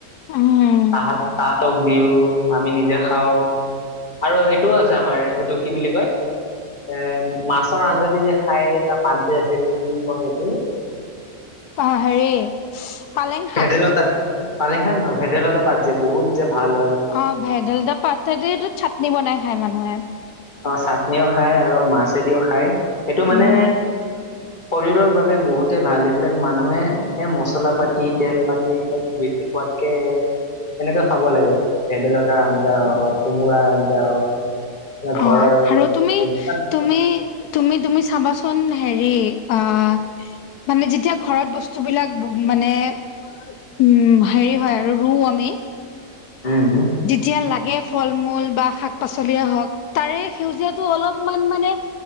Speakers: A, on the left; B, on the left.
A: উম
B: তাহ তাহাতো দিওঁ আমি নিজে খাওঁ আৰু এইটোও আছে আমাৰ এইটো কি বুলি কয় এ মাছৰ আঞ্জা যে খাই এটা পাত যে আছিল কি কয় এইটো।
A: অঁ হেৰি। পালেং শাক
B: ভেদাইলতা পালেং খান ন ভেদাইলতা পাদ যে বহুত যে ভাল হয়
A: অ ভেদলতা পাত চাটনি বনাই খায় মানুহে।
B: অ চাটনিও খায় আৰু মাছেদিও খায় এইটো মানে
A: উম
B: শৰীৰৰ বাবে বহুতে ভাল এইবিলাক মানুহে এ মছলা পাতি তেল পাতি এইবিলাক বেছি। খোৱাতকে এনেকে খাব লাগে ভেদাইলতাৰ আঞ্জা হওক কোমোৰাৰ আঞ্জা হওক। বা ঘৰৰ
A: অ আৰু তুমি-
B: উম
A: তুমি তুমি তুমি চাবাচোন হেৰি অ মানে যেতিয়া ঘৰত বস্তু বিলাক মানে উম হেৰি হয় আৰু ৰুও আমি
B: উম।
A: যেতিয়া লাগে ফল মূল বা শাক পাচলিয়ে হওক তাৰে সেউজীয়াটো অলপমান মানে